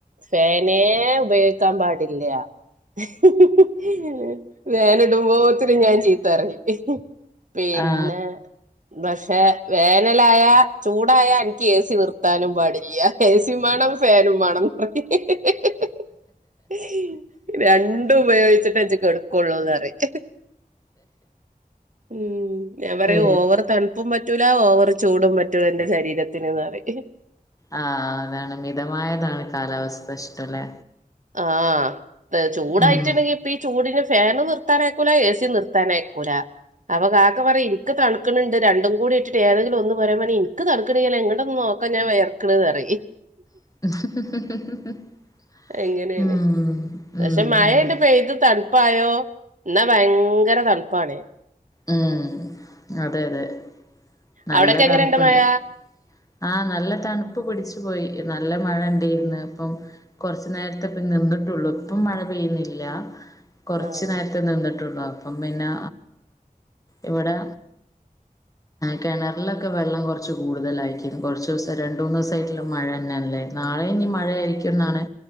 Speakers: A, on the right; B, on the left.
A: ഫാനേ ഉപയോഗിക്കാൻ പാടില്ല <unintelligible> ഫാനിടുമ്പോ ഒത്തിരി ഞാൻ ചീത്താ പറയും പിന്ന
B: ആ
A: പക്ഷെ വേനലായാ ചൂടായാ എനിക്ക് എ സി നിർത്താനും പാടില്ല എ സിയും വേണം ഫാനും വേണം <unintelligible> രണ്ടും ഉപയോഗിച്ചിട്ടെ ഇജ്ജ് കെടക്കുള്ളൂന്ന് പറയും ഉം ഞാൻ പറയും
B: പി
A: ഓവർ തണുപ്പും പറ്റൂല ഓവർ ചൂടും പറ്റൂല എന്റെ ശരീരത്തിന്ന് ന്ന് പറയും
B: ആഹ് അതാണ് മിതമായതാണ് കാലാവസ്ഥ ഇഷ്ടല്ലെ
A: ആഹ് ചൂടായിട്ടുണ്ടെങ്കി
B: ഉം
A: ഇപ്പ ഈ ചൂടിന് ഫൻ നിർ നിർത്താന അയക്കൂല ഏസി നിർത്താന യക്കൂല അപകാക്ക പറ ഇക്ക തണക്ക്ണ്ട്രണ്ടും കൂടി ഇട്ടിട്ട് ഏതെങ്കിലും ഒന്ന് പോര എനിക്ക് തണുക്കണ്യാ ങ്ങട്ടൊന്ന് നോക്കാ ഞാ വിയർക്കണ പറ
B: <unintelligible>
A: എങ്ങനെയാണ്
B: ഉം ഉം
A: പക്ഷെ മഴണ്ട്
B: ഉം
A: പെയ്ത് ത പ്പായോ എന്നാ ഭയങ്കര തണപ്പാണ്
B: ഉം അതെ അതെ നല്ല
A: അവിടൊക്കെ എങ്ങനെയുണ്ട്
B: തണുപ്പുണ്ട്
A: മഴ
B: ആഹ് നല്ല തണുപ്പ് പിടിച്ചു പോയി നല്ല മഴ ഉന്ഡർന്ന് അപ്പം കുറച്ചു നേരത്തെ പം നിന്നിട്ടുള്ള ഇപ്പം മഴ പെയ്യുന്നില്ല കുറച്ച
A: ആഹ്
B: നേര ത് നിന്നിട്ടുള്ളൂ അപ്പം പിന്നെ ഇവിടെ കിണറിലൊക്കെ വെള്ളം കുറച്ച് കൂടുതലായിരിക്കരുന്നു കുറച്ച് ദിവസം രണ്ട് മൂന്ന് ദിവസമായിട്ടുള്ള മഴ തന്നെയല്ലേ നാളെ ഇനി മഴയായിരിക്കും ന്നാണ്